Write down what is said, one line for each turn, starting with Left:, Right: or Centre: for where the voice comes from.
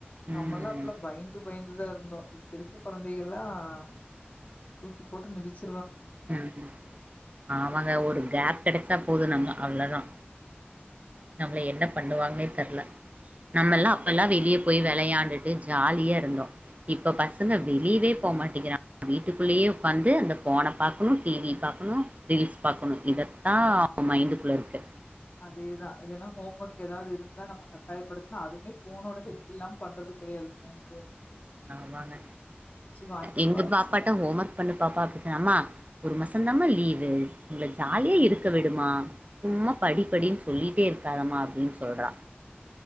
Right: உம்
Left: நம்மல்லா அப்பல்லா பயந்து பயந்துதா இரு ந்தோ இப்ப இருக்க கொழந்தைகள்லா <inaudible> தூக்கி போட்டு மிதிச்சி
Right: ம் ஆமங்க ஒரு கேப் கெடச்சா போது நம்ப அவ்ளோ தா நம்மள என்ன பண்ணுவாங்னே தெர்ல நம்மெல்லா அப்பெல்லா வெளியே போய் விளையாண்டுட்டு ஜாலியா இருந்தோ இப்ப பசங்க வெளிவே போகமாட்டேங்கிறா வீட்டுக்குள்ளேயே உக்காந்து அந்த போன பாக் ஃபுல் டிவி பாக்கணு ரீல்ஸ் பாக்கணு இதத்தா மைண்டுக்குள்ள இருக்கு
Left: அதேதா இல்லனா ஹோம் ஒர்க் எதாது இருந்தா நம்ம கட்டாயப்படுத்னா அதுமே போனோட ஹெல்ப் இல்லாம பண்றது கெடையாது போன் <unintelligible>
Right: ஆமாங்க
Left: வாங்கி
Right: எங்க
Left: பாத்
Right: பாப்பாட்ட ஹோம் ஒர்க் பண்ணு பாப்பா <unintelligible> அம்மா ஒரு மாச தான்மா லீவு எங்ள ஜாலியா இருக்க விடுமா சும்மா படிப்படின் சொல்லிட்டே இருக்காதம்மா அப்டின் சொல்றா